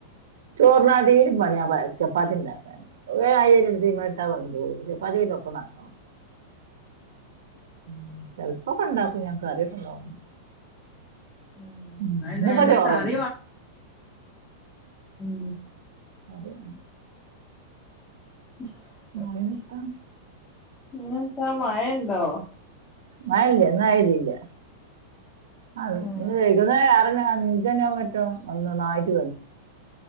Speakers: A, on the right; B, on the left.
A: ചോറിനാട്ടിണി പണി ബ ചപ്പാത്തി ഇണ്ടാക്കാൻ. ഒരയിരി ത്മൽ ഇട്ട വെന്തോളു ചേപ്പാത്തി പിന്നെ ഒപ്പോ നടക്കണോ. ഉ ചെലപ്പൊക്കെ ഉണ്ടാക്കു ഞാൻ കറിയൊക്കെ ഇണ്ടാവു.
B: ഉം
A: ഇന്ന്
B: അത് നല്ല
A: ഇപ ചോറന്
B: കറി വാ ഉം
A: അതെ
B: <unintelligible>
A: നാളെമുത്താ
B: ഈന്താ മയണ്ടോ?
A: മഴയല്ല്യ ഇന്നായിതില്യ ആ
B: ഏഹ്
A: ഇന്ന് വൈകുന്നേര ആറണി അഞ്ചണി ആവു ട്ടോ വന്ന് നന്നായിട്ട്